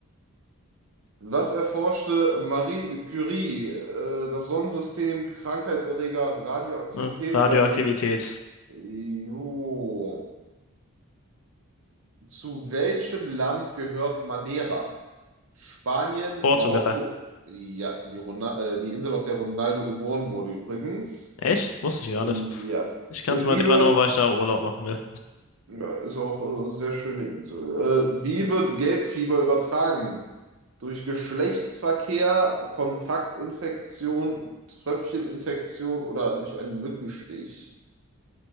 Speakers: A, on the right; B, on the left.
A: Was erforschte Marie Curie? Äh, das Sonnensystem, Krankheitserreger, Radioaktivität
B: Ach, Radioaktivität.
A: oder Elektrizität? Jo. Zu welchem Land gehört Madeira? Spanien,
B: Portugal.
A: Marokko, ja, die, Rona- äh, die Insel, auf der Ronaldo geboren wurde übrigens.
B: Echt? Wusste ich gar
A: Ja.
B: nicht. Ich kann
A: Äh,
B: kannte Madeira
A: Wie wird
B: nur, weil ich da Urlaub machen will.
A: Ja, ist auch äh, eine sehr schöne Insel. Äh, wie wird Gelbfieber übertragen? Durch Geschlechtsverkehr, Kontaktinfektion, Tröpfcheninfektion oder durch einen Mückenstich?